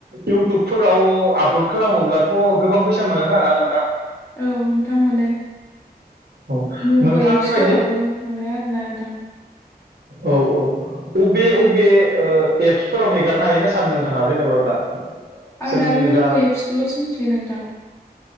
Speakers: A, on the right; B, on the left.
A: इउटुबफोराव आपल'ड खालामोब्लाथ' गोबां फैसा मोनोखोमाना नोंथां?
B: औ नोंथां मोनो।
A: औ
B: भिभ'
A: नोंथांनि
B: एप्सफोरावबो
A: बायदि
B: मोनो आरोना नोंथां।
A: औ औ अबे
B: औ
A: अबे ओ एब फोराव हेगारनो हायो होनना सानो नोंथाङा जेनेबा दा?
B: आं
A: जोंनि
B: दा मिउ
A: जा
B: ब' एप्सखौल'सो मिथिगोन नोंथां।